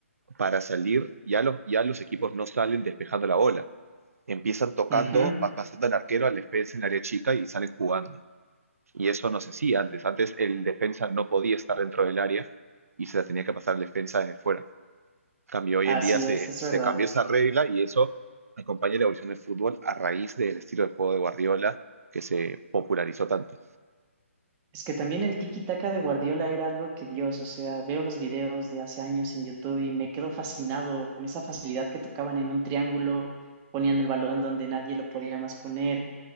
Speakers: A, on the right; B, on the right.
A: para salir, ya los, ya los equipos no salen despejando la bola. Empiezan tocando,
B: Ujú,
A: pa- pasando al arquero, al defensa en área chica y salen jugando. Y eso no se hacía antes. Antes el defensa no podía estar dentro del área y se la tenía que pasar el defensa desde fuera. Cambio, hoy
B: Así
A: en día se,
B: es, es
A: se
B: verdad.
A: cambió esa regla y eso acompaña la evolución del fútbol a raíz del estilo de juego de Guardiola que se popularizó tanto.
B: Es que también el tiki-taka de Guardiola era algo que Dios, o sea, veo los videos de hace años en YouTube y me quedo fascinado con esa facilidad que tocaban en un triángulo, ponían el balón donde nadie lo podía más poner.